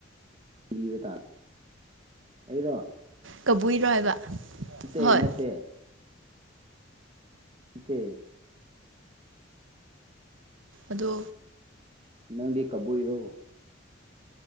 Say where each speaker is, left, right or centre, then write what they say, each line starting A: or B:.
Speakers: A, on the right; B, on the right.
A: ꯄꯕꯤꯕ ꯇꯥꯔ ꯑꯩꯔꯣ
B: ꯀꯕꯨꯏꯔꯣ ꯍꯥꯏꯕ
A: ꯅꯠꯇꯦ
B: ꯍꯣꯏ
A: ꯅꯠꯇꯦ ꯅꯠꯇꯦ
B: ꯑꯗꯣ
A: ꯅꯪꯗꯤ ꯀꯕꯨꯏꯔꯣ